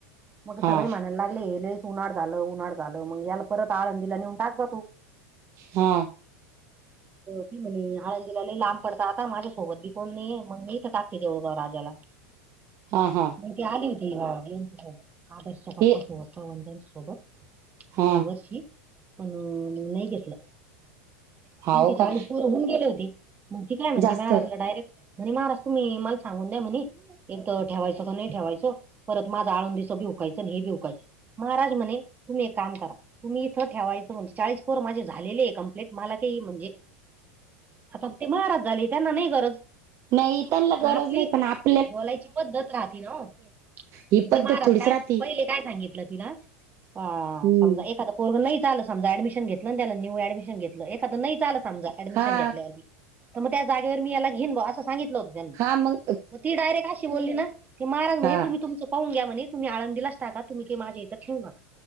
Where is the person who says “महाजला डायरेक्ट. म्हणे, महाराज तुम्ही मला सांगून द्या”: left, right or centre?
Right